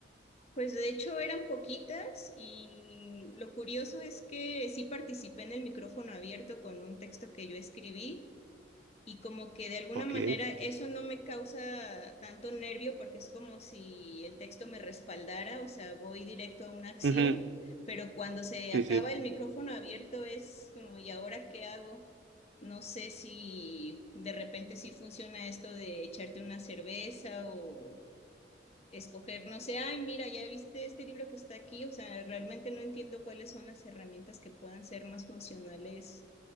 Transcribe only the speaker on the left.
Pues de hecho eran poquitas y lo curioso es que sí participé en el micrófono abierto con un texto que yo escribí y como que de alguna
manera eso no me causa tanto nervio porque es como si el texto me respaldara, o sea, voy directo a una acción,
pero cuando se
acaba
el micrófono abierto es como, ¿y ahora qué hago? No sé si de repente sí funciona esto de echarte una cerveza o escoger, no sé, ay, mira, ya viste este libro que está aquí, o sea, realmente no entiendo cuáles son las herramientas que puedan ser más funcionales